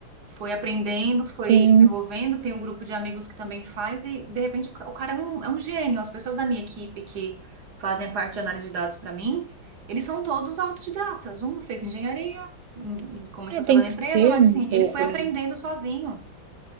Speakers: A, on the right (about 60°); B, on the right (about 85°).
A: foi aprendendo, foi
B: Sim,
A: se desenvolvendo. Tem um grupo de amigos que também faz e de repente o ca- o cara é um, é um gênio. As pessoas da minha equipe que fazem parte de análise de dados para mim, eles são todos autodidatas. Um fez engenharia, um- e começou
B: é,
A: a
B: tem
A: trabalhar
B: que
A: na
B: ser
A: empresa, mas
B: um
A: assim,
B: pouco,
A: ele foi
B: né?
A: aprendendo sozinho.